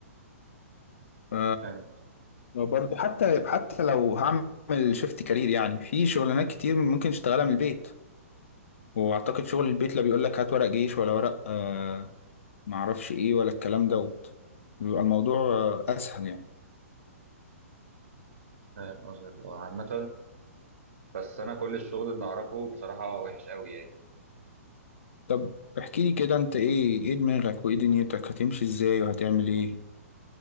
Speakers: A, on the left (about 60°); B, on the right (about 60°).
A: ف
B: فاهم قصدك
A: وبرضه حتى حتى لو هعمل شيفت كارير يعني في شغلانات كتير ممكن اشتغلها من البيت واعتقد شغل البيت لا بيقول لك هات ورق جيش ولا ورق آه معرفش ايه ولا الكلام دوت بيبقى الموضوع آه اسهل يعني
B: فاهم قصدك اه عامة بس أنا كل الشغل اللي أعرفه بصراحة وحش قوي يعني
A: طب احكي لي كده انت ايه ايه دماغك وايه دنيتك هتمشي ازاي وهتعمل ايه